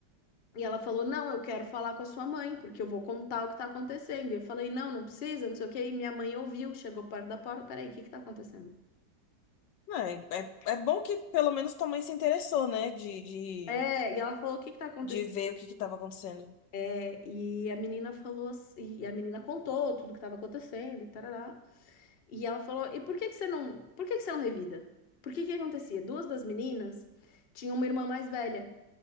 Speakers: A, on the left; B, on the left.
A: E ela falou: Não, eu quero falar com a sua mãe, porque eu vou contar o que tá acontecendo. E eu falei: Não, não precisa, não sei o quê. E minha mãe ouviu, chegou perto da porta: Peraí, o que que tá acontecendo?
B: É, é, é bom que pelo menos tua mãe se interessou, né, de, de,
A: É, e ela falou: O que que tá acontecendo?
B: de ver o que que tava acontecendo.
A: É, e a menina falou: assim- E a menina contou tudo que tava acontecendo e tarará. E ela falou: E por que que você não, por que que você não revida? Por que que acontecia? Duas das meninas tinham uma irmã mais velha.